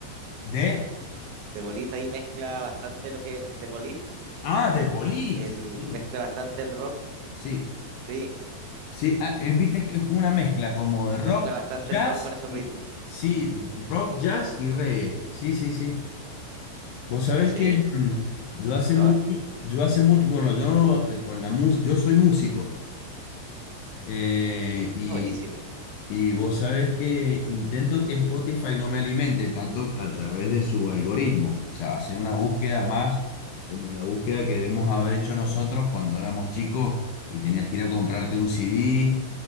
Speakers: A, on the left; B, on the right.
A: De...
B: The Police ahí mezcla bastante lo que The Police,
A: Ah, de Police.
B: el
A: Sí,
B: mezcla bastante el rock,
A: sí.
B: sí,
A: Sí, ah, eh, viste que es una mezcla como de rock,
B: mezcla bastante
A: jazz
B: el rock con esos
A: y
B: ritmos.
A: sí, rock, jazz y reggae. Sí, sí, sí. Vos sabés
B: Sí,
A: que mm, yo hace
B: no,
A: mucho,
B: no,
A: yo hace mucho, bueno, yo eh, con la música, yo soy músico eh, y
B: buenísimo.
A: y vos sabés que intento que Spotify no me alimente tanto a través de su algoritmo, o sea, hacer una búsqueda más como la búsqueda que debemos haber hecho nosotros cuando éramos chicos y tenías que ir a comprarte un CD,